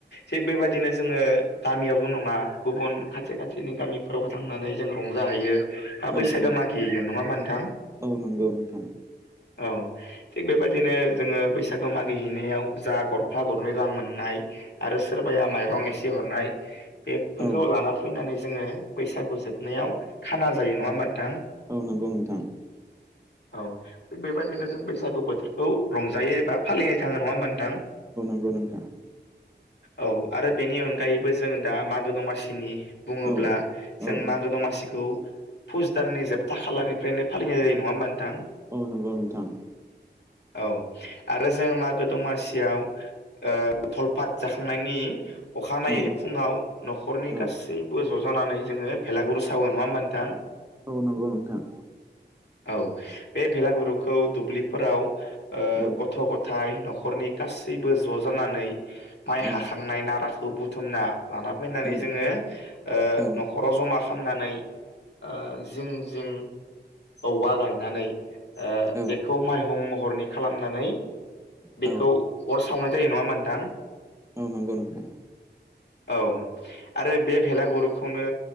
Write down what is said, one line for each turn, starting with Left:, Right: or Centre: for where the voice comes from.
Left: थिग बेबायदिनो जोङो गामियावल' नङा गुबुन खाथि खाथिनि गामिफोरावबो थांनानै जों रंजाहैयो। मा बैसागो
Right: औ
Left: मागियो नङा होमबा नोंथां।
Right: औ नंगौ नोंथां।
Left: औ। थिग बेबायदिनो जोङो बैसागु मागिहैनायाव जा गरफा गरनै रां मोननाय। आरो सोरबाया माइरं एसे हरनाय बेफोरखौ
Right: औ नंगौ
Left: लाना फैनानै जोङो बैसागु जोबनायाव खाना जायो नङा होमबा नोंथां।
Right: औ नंगौ नोंथां।
Left: औ। थिग बेबायदिनो जों बैसागु बोथोरखौ रंजायो एबा फालिनाय थाङो नङा होमबा नोंथां।
Right: औ नोंथां।
Left: औ आरो बेनि अनगायै बो जों दा मागो दमासिनि बुङोब्ला
Right: औ औ
Left: जों
Right: औ
Left: मागो दमासिखौ फुस दाननि जोबथा खालारनिफ्रायनो फालिनाय जायो नङा होमबा नोंथां।
Right: औ नंगौ नोंथां।
Left: औ आरो जों मागो दमासियाव ओ धलपात जाखांनायनि अखानायै
Right: औ
Left: फुङाव नखरनि
Right: औ
Left: गासैबो ज' जानानै जोङो भेलागुरु सावो नङा ओमबा नोंथां?
Right: औ नंगौ नोथां।
Left: औ बे भेलागुरुखौ दुब्लिफोराव ओ
Right: औ
Left: गथ' गथाइ नखरनि गासैबो ज' जानानै माइ
Right: औ
Left: हाखांनाय नाराखौ बुं थुमना लाना फैनानै
Right: औ
Left: जोङो ओ
Right: औ
Left: नखराव जमा खामनानै ओ जों जों औवा गायनानै ओ
Right: औ
Left: बेखौ माइहुं महरनि खालामनानै
Right: औ
Left: बेखौ अर सावनाय जायो नङा ओमबा नोंथां
Right: औ नंगौ नोंथां
Left: औ आरो बे भेलागुरुखौनो